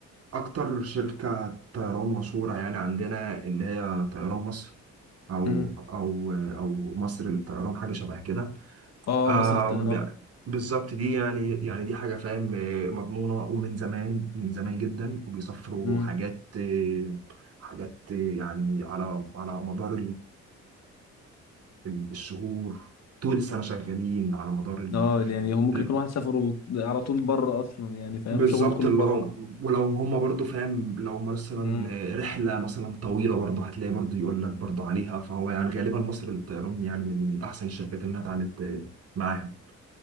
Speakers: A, on the right (about 50°); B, on the left (about 60°).
A: اكتر شركة طيران مشهورة يعني عندنا اللي هي طيران مصر او
B: امم
A: او او مصر للطيران حاجة شبه كده
B: اه
A: آم،
B: مصر الطيران
A: يعني بالظبط دي يعني يعني دي حاجة فاهم آه، مضمونة ومن زمان من زمان جدا وبيسافروا
B: امم
A: حاجات آه، حاجات آه، يعني على على مدار بالشهور طول السنة شغالين على مدار ال...
B: اه يعني هو ممكن
A: ال-
B: يكون واحد سافر على طول بره اصلا يعني فاهم
A: بالظبط
B: شغله كله
A: اللي
B: بره
A: هم ولو هم برضو فاهم لو مثلا
B: امم
A: رحلة مثلا طويلة برضو هتلاقي برضو يقول لك برضو عليها فهو يعني غالبا مصر للطيران يعني من أحسن الشركات اللي أنا اتعاملت معاها